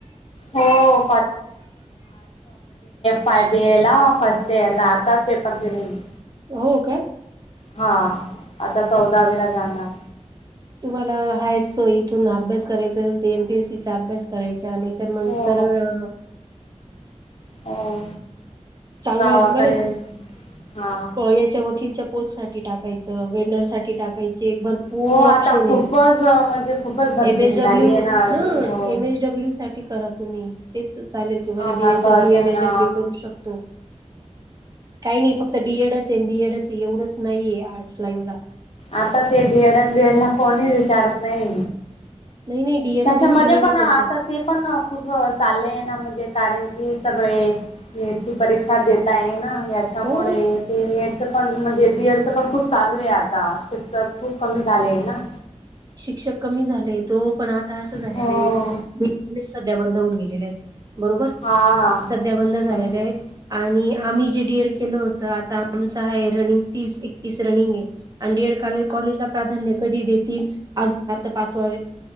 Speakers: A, on the left; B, on the right.
A: हो पाय बी ए ला फस्ट इयर ला आताच पेपर दिले मी.
B: हो काय?
A: हा आता चौदावी ला जाणार
B: तुम्हाला हाय सो इथून अभ्यास करायचा M P.. M P S C चा अभ्यास करायचा नाही तर मग
A: हो
B: सरळ
A: हो.
B: चांगले
A: गावाकडे
B: बर
A: हा
B: मग याच्या वकीलच्या पोस्ट साठी टाकायचं हो वेंडर साठी टाकायचीय भरपूर
A: हो
B: ऑप्शन
A: आता खूपच
B: आहे
A: म्हणजे खूपच भरती
B: एम एच
A: निघाली
B: डब्ल्यू
A: आहे ना अजून
B: ह
A: हो.
B: एम एच डब्ल्यू साठी करा तुम्ही तेच चालेल तुम्हाला
A: हा ना
B: बी एच
A: करते
B: डब्ल्यू एम एच
A: ना.
B: डब्ल्यू करू शकतो काही नाही फक्त डी एड च अन बी एड च एवढंच नाहीये आर्टस लाईन ला
A: आता ते बी एड अन डि एड ला कोणी विचारत नाही
B: नाही नाही डीएड
A: त्याच्यामध्ये
B: आणि बीएडच
A: पण आता
B: येते
A: ते पण खूप चालल आहे ना म्हणजे कारण की सगळे नीटची परीक्षा देत आहे ना याच्यामुळे
B: हो
A: ते नीट पण म्हणजे डि एड च पण खूप चालू आहे आता शिक्षक खूप कमी झालेय ना
B: शिक्षक कमी झालेत हो पण आता असं झालेले
A: हो
B: लेखनीच सध्या बंद होऊन गेलेत बरोबर
A: हा
B: सध्या बंद झालेले
A: बरोबर
B: आहेत आणि आम्ही जे डी एड केलं होत आता आमचं आहे रनिंग तीस एकतीस रनिंग आहे आणि डी एड काल कॉलेजला प्राधान्य कधी देतील आज पर्यंत पाच व